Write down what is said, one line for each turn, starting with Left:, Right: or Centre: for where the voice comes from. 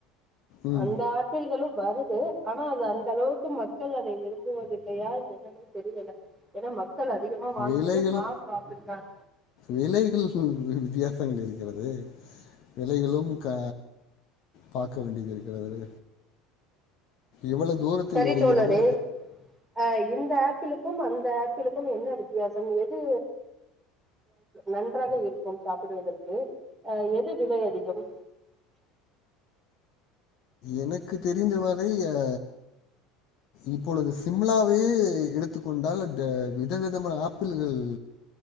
Left: ம்
Right: அந்த ஆப்பிள்களும் வருது ஆனா அது அந்த அளவுக்கு மக்கள் அதை விரும்புவதில்லையா என்னன்னே தெரியல ஏன்னா மக் கள் அதிகமா வாங்குறது
Left: விலைகளு
Right: மாவு ஆப்பிள்தான்
Left: விலைகள் வித்தியாசங்கள் இருக்கிறது விலைகளும் க பாக்க வேண்டியதிருக்கிறது இவ்ளோ தூரத்தில்
Right: சரி
Left: வருகிரதோ
Right: தோழரே அ இந்த ஆப்பிளுக்கும் அந்த ஆப்பிளுக்கும் என்ன வித்தியாசம் எது நன்றாக இருக்கும் சாப்பிடுவதற்கு எது விலை அதிகம்
Left: எனக்கு தெரிந்த வரை அ இப்பொழுது சிம்லாவையே எடுத்துக்கொண்டால் அங்கு விதவிதமான ஆப்பிள்கள்